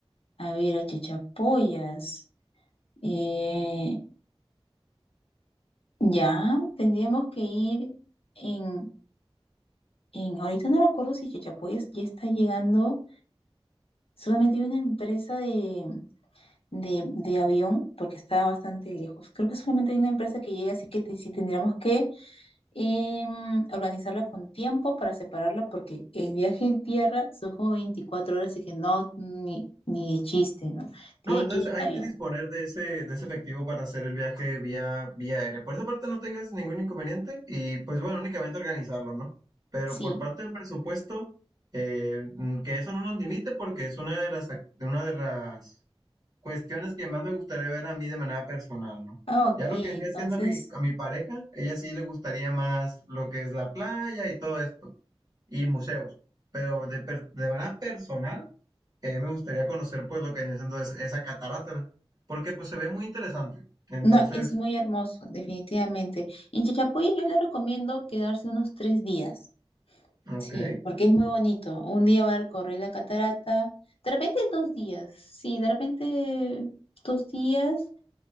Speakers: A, on the left; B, on the right.
A: a ver, a Chichapoyas eh, ya tendríamos que ir en, en, ahorita no recuerdo si Chichapoyas ya está llegando, solamente hay una empresa de de, de avión porque está bastante lejos. Creo que solamente hay una empresa que llega, así que te- sí tendríamos que em, organizarla con tiempo para separarla porque el viaje en tierra son como 24 horas, así que no, ni, ni de chiste, ¿no? Tiene
B: No, entonces
A: que ir en
B: hay
A: avión.
B: que disponer de ese, de ese efectivo para hacer el viaje vía, vía aérea. Por esa parte no tengas ningún inconveniente y pues bueno, únicamente organizarlo, ¿no? Pero
A: Sí.
B: por parte del presupuesto, eh, mm, que eso no nos limite porque es una de las, ac- una de las cuestiones que más me gustaría ver a mí de manera personal, ¿no?
A: Ah, Ok,
B: Ya lo que vendría
A: entonces,
B: siendo a mi, a mi pareja, ella sí le gustaría más lo que es la playa y todo esto, y museos. Pero de, per- de manera personal, eh, me gustaría conocer pues lo que viene siendo es- esa catarata, porque pues se ve muy interesante. Entonces,
A: no, es muy hermoso, definitivamente. En Chachapoya yo le recomiendo quedarse unos tres días.
B: ok,
A: Sí, porque es muy bonito. Un día va a recorrer la catarata, de repente dos días, sí, de repente dos días,